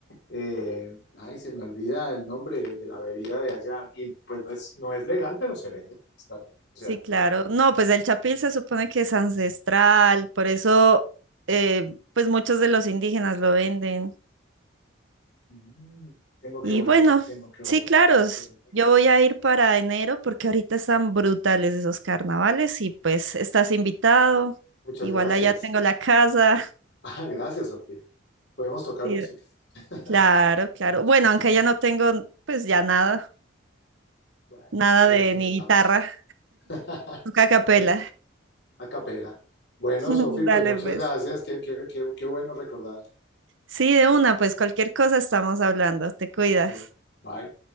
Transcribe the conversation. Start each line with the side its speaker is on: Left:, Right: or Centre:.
Left: eh, ay, se me olvida el nombre de la bebida de allá. Y pues no es, no es legal, pero se vende. Está bien. O sea,
Right: Sí, claro. No, pues el chapil se supone que es ancestral, por eso, eh, pues muchos de los indígenas lo venden.
Left: mm, tengo
Right: Y
Left: que volver,
Right: bueno,
Left: a- tengo que
Right: sí,
Left: volver,
Right: claro.
Left: tengo
Right: s-
Left: que volver.
Right: Yo voy a ir para enero porque ahorita están brutales esos carnavales y pues estás invitado.
Left: Muchas
Right: Igual
Left: gracias.
Right: allá tengo la casa. <laughs>
Left: Ah, gracias, Sofía. Podemos tocar
Right: Sí,
Left: música. <laughs>
Right: claro, claro. Bueno, aunque ya no tengo, pues ya nada,
Left: Bueno,
Right: nada
Left: ahí
Right: de
Left: nos inventamos.
Right: ni guitarra,
Left: <laughs>
Right: toca a capela.
Left: Ahí, a capela. Bueno,
Right: <laughs>
Left: Sofía,
Right: Dale,
Left: pues muchas
Right: pues.
Left: gracias. Qué, qué, qué, qué bueno recordar.
Right: Sí, de una, pues cualquier cosa estamos hablando. Te cuidas.
Left: Ok, bye.